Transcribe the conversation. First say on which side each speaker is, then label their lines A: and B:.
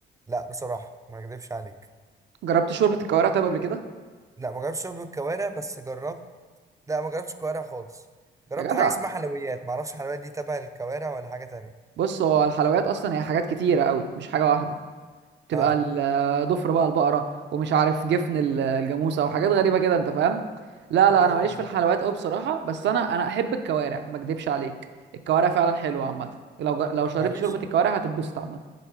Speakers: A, on the right (about 15°); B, on the right (about 65°).
A: لا بصراحة ما اكذبش عليك
B: جربت شوربه الكوارع طيب قبل كده
A: لا ما جربتش شرب الكوارع بس جربت لا ما جربتش كوارع خالص جربت
B: يا جدع
A: حاجه اسمها لا حلويات ما اعرفش حلويات دي تبع الكوارع ولا حاجه تانية
B: بص هو الحلويات اصلا هي حاجات كتيره قوي مش حاجه واحده تبقى
A: اه
B: ال- ضفر بقى البقره ومش عارف جفن ال- الجاموسه وحاجات غريبه كده انت فاهم لا
A: لا
B: لا انا
A: ما-
B: ماليش في الحلويات قوي بصراحه بس انا انا احب الكوارع ما اكدبش عليك الكوارع فعلا حلوه عامه لو جا- لو شربت
A: معليش
B: شوربه الكوارع هتتبسط عامه